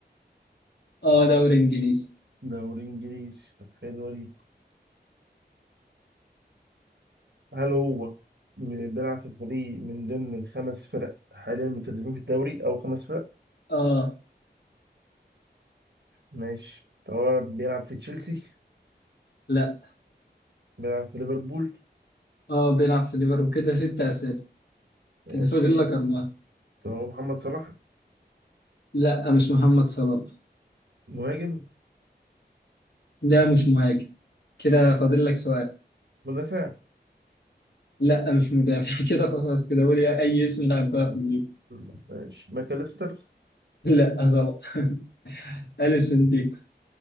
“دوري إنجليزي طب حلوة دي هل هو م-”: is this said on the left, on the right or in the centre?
Right